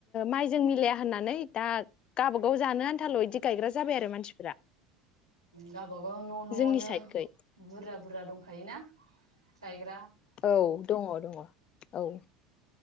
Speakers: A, on the left (about 35°); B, on the right (about 85°).
A: माइजों मिलाया होननानै दा गाबाव गाव जानो आन्थाल' बिदि गायग्रा जाबाय आरो मानसिफोरा
B: गावबागाव न' न'आवनो
A: जोंनि साइडखै
B: बुरजा बुरजा दंखायोना गायगो
A: औ दङ दङ औ